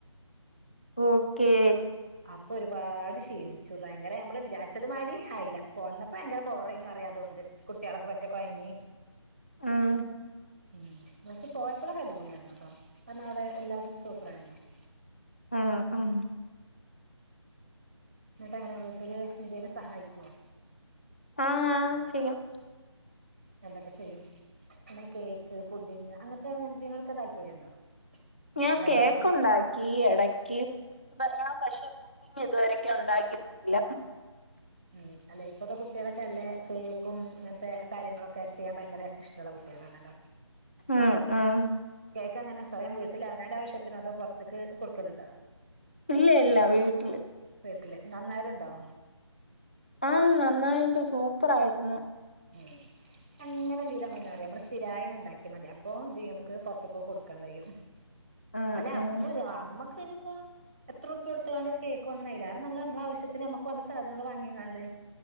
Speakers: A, on the left (about 20°); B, on the right (about 20°).
A: ഓക്കെ
B: അപ്പോ ഒരുപാട് ക്ഷീണിച്ചു ഭയങ്കര നമ്മള് വിചാരിച്ചതു മാതിരി ആയില്ല പോന്നപ്പോൾ ഭയങ്കര ബോറായിരുന്നു അതുകൊണ്ട് കുട്ടിയാളൊക്കെ പറ്റെ കൊഴങ്ങി
A: ആഹ്
B: ഉം എന്നച്ച് പോയപ്പോളെക്കെ അടിപൊളിയായിരുന്നു ട്ടോ അന്നവിടെ എല്ലാരും സൂപ്പറായിരുന്നു ട്ടോ
A: ആഹ് ആഹ്
B: ന്നിട്ട്ങ്ങനെ വീട്ടില് എന്തേലും സഹായിക്കുവോ
A: ആഹ് ചെയ്യും
B: എന്തൊക്കെ ചെയ്യും പിന്നെ കേക്ക്, പുഡിങ് അങ്ങൻത്തെ അങ്ങൻന്തെ ലൊക്കെ താല്പര്യണ്ടോ?
A: ഞാം
B: അല്ല
A: കേക്കുണ്ടാക്കി
B: ഇന്നത്തെ കു
A: എടക്ക് <unintelligible> പക്ഷെ പുഡിംഗ് ഇതുവരൊക്കെ ഉണ്ടാക്കിട്ടില്ല
B: ഉം അല്ലെ ഇപ്പത്തെ കുട്ട്യളൊക്കെ അല്ലെ കേക്കും ഇങ്ങൻത്തെ കാര്യങ്ങളൊക്കെ ചെയ്യാൻ ഭയങ്കര ഇഷ്ടള്ള കുട്ട്യളാണല്ലോ
A: ഹു ഉം
B: കേക്കെങ്ങന സ്വയം വീട്ടില വനാന്റാവശ്യത്തിനൊ അതോ പൊറത്തേക്ക് കൊടുക്കല്ണ്ടോ?
A: ഇല്ല്യ ല്ല വീട്ടില്
B: വീട്ടില് നന്നായല്ണ്ടോ?
A: ആഹ് നന്നായിട്ട് സൂപ്പറായിരുന്നു.
B: ഉം അങ്ങനെന്ത്യ്താ മതീന്നറിയൊ മ്മള് സ്ഥിരായിന് ണ്ടാക്കി മതി അപ്പൊ ന്തെയ്യാ മ്മക്ക് പൊറത്തൊക്ക കൊടുക്കാൻ കഴിയും
A: ഉം
B: അല്ല അമ്മ
A: ഉം
B: മ്മ് അമ്മക്കെനിപ്പോ എത്രുർപ്യട്ത്ത്ക്കാണ്ട് ഒരു കേക്ക് വാങ്ങാനായിലാരും നമ്മള് നമ്മളാവശ്യത്തിന് നമ്മക്ക് വേണ്ട സാധനങ്ങള് വാങ്ങികാണ്ട്